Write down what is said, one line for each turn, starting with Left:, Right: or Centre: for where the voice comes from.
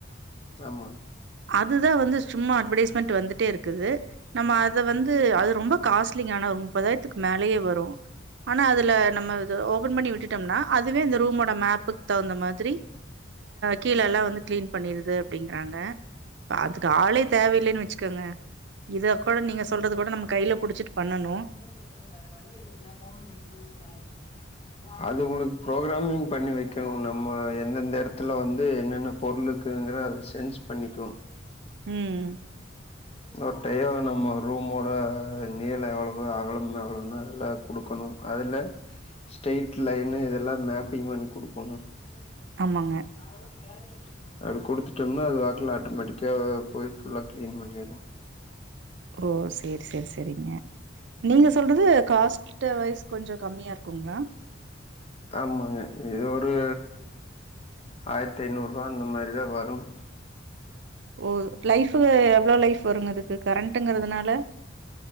Left: ஆமா
Right: அதுதா வந்து சும்மா அட்வடைஸ்மென்ட் வந்துட்டே இருக்குது நம்ம அத வந்து அது ரொம்ப காஸ்ட்லியான முப்பதாயிரத்துக்கு மேலயே வரு ஆனா அதுல நம்ம இ ஓபன் பண்ணி விட்டுட்டோம்னா அதுவே இந்த ரூமோட மேப்புக்கு தகுந்த மாதிரி கீழல்லா வந்து கிளீன் பண்ணிருது அப்டிங்குறாங்க அதுக்கு ஆளே தேவையில்லைன்னு வச்சுக்கோங்க இத கூட நீங்க சொல்றது கூட நம்ம கையில புடிச்சிட்டு பண்ணனு
Left: <unintelligible> அது உங்களுக்கு ப்ரோக்ராமிங் பண்ணி வக்கணு நம்ம எந்தெந்த எடத்துல வந்து என்னென்ன பொருளுக்குங்குற அத சேஜ் பண்ணிக்கனு
Right: உம்
Left: ஒரு டையோ நம்ம ரூமோட நீள எவ்வளவு அகலம் எவ்வளவுன்னு எல்லா குடுக்கணு அதுல ஸ்டைட் லயன்னு இதெல்லா மேப்பிங் பண்ணி குடுக்கணு <unintelligible>
Right: ஆமாங்க
Left: அத குடுத்துட்டோம்னா அது வாக்கல ஆட்டோமேட்டிக்கா போய் ஃபுல்லா கிளீன் பண்ணிரு
Right: ஓ செரி செரி செரிங்க நீங்க சொல்றது காஸ்ட் ட்டவயிஸ் கொஞ்சோ கம்மியா இருக்குங்ளா
Left: ஆமங்க இது ஒரு ஆயிரத்தி ஐநூறு ரூபா அந்த மாரிதா வரும்
Right: ஓ லைஃப்பு எவ்ளோ லைஃப் வருங்க இதுக்கு கரண்ட்டுங்குறதுனால